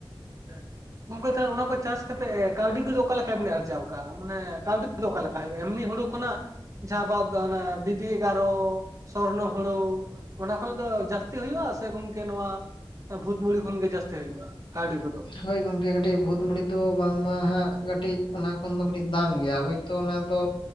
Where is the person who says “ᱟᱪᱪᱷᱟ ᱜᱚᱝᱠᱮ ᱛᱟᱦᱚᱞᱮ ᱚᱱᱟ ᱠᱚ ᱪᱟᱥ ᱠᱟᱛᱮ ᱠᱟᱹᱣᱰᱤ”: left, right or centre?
Right